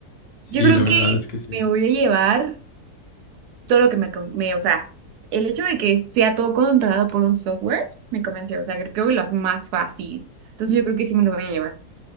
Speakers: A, on the left; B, on the right.
A: Sí,
B: Yo creo
A: la verdad
B: que
A: es que sí.
B: me voy a llevar todo lo que me, com- me, o sea, el hecho de que sea todo controlado por un software me convenció, o sea, creo que lo hace más fácil. Entonces yo creo que sí me lo voy a llevar.